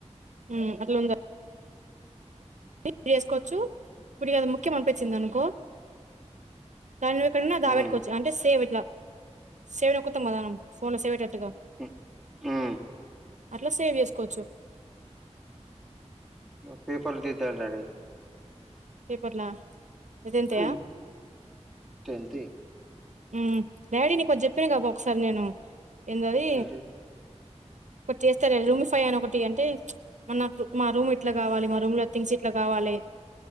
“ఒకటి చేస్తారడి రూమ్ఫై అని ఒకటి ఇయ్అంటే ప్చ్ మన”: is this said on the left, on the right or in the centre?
Right